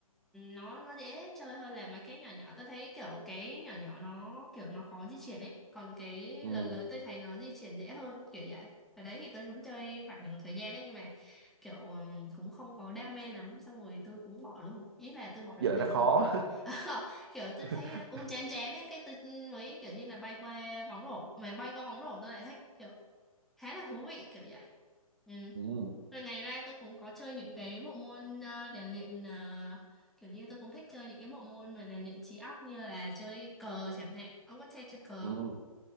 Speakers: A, in the centre; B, on the right (about 45°).
A: nó nó dễ chơi hơn là mấy cái nhỏ nhỏ tôi thấy kiểu cái nhỏ nhỏ nó kiểu nó khó di chuyển ấy còn cái
B: ừ.
A: lớn lớn tôi thấy nó di chuyển dễ hơn kiểu vậy ở đấy thì tôi cũng chơi khoảng một thời gian đấy nhưng mà kiểu um, cũng không có đam mê lắm xong rồi tôi cũng bỏ luôn ý là tôi bỏ rồi
B: Với lại
A: nào
B: nó khó
A: <laughs> Ờ, kiểu tôi thấy
B: <laughs>
A: á, cũng chén chén ấy cái tôi mới kiểu như là bay qua bóng rổ mà bay qua bóng rổ tôi lại thấy kiểu khá là thú vị kiểu vậy ừ.
B: ừ.
A: rồi ngày ra tôi cũng có chơi những cái bộ môn ờ, rèn luyện ờ, kiểu như tôi cũng thích chơi những cái bộ môn mà rèn luyện trí óc như là chơi cờ chẳng hạn ông có chơi chơi cờ
B: Ừ.
A: không?